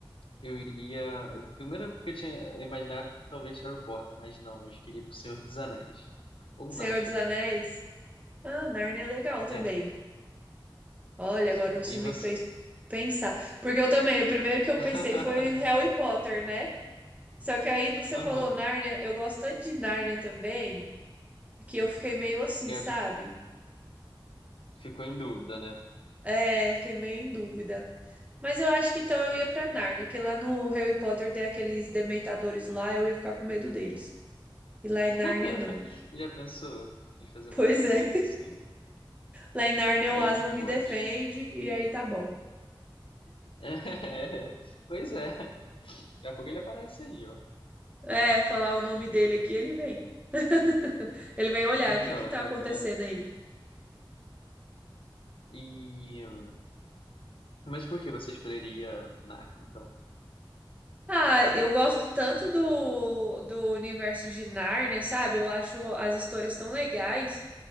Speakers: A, on the left (about 80°); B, on the right (about 15°).
A: eu iria. Eu, primeiro que eu tinha imaginado talvez Harry Potter, mas não, eu escolhi pro Senhor dos Anéis. Ou
B: Senhor
A: Narnia.
B: dos Anéis? Ah, Narnia é legal também.
A: É,
B: Olha,
A: sim,
B: agora você
A: e
B: me
A: você?
B: fez pensar. Porque eu também, o primeiro que eu
A: <laughs>
B: pensei foi Harry Potter, né? Só que aí você
A: Aham,
B: falou Nárnia, eu gosto tanto de Nárnia também, que eu fiquei meio assim,
A: que
B: sabe?
A: é, ficou em dúvida, né?
B: É, fiquei meio em dúvida. Mas eu acho que então eu ia pra Nárnia, porque lá no Harry Potter tem aqueles dementadores lá, eu ia ficar com medo deles. E lá em
A: <laughs>
B: Nárnia não. <laughs>
A: Já pensou em fazer
B: Pois
A: uma visita
B: é,
A: assim?
B: lá em Nárnia
A: Aí
B: o Aslan
A: não pode.
B: me defende e aí tá bom.
A: <laughs> É, pois é. Daqui a pouco ele aparece aí, ó.
B: É, falar o nome dele aqui, ele vem. <laughs> Ele vem olhar,
A: Então,
B: o que que tá
A: tá
B: acontecendo
A: vendo?
B: aí?
A: E. hum, Mas por que você escolheria Narnia, então?
B: Ah, eu gosto tanto do, do universo de Nárnia, sabe? Eu acho as histórias tão legais